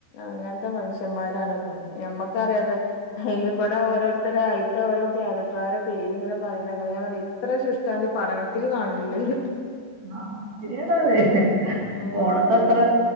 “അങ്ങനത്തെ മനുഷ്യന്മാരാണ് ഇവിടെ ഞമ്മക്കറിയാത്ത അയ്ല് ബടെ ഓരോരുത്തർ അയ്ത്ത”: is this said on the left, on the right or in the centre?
Left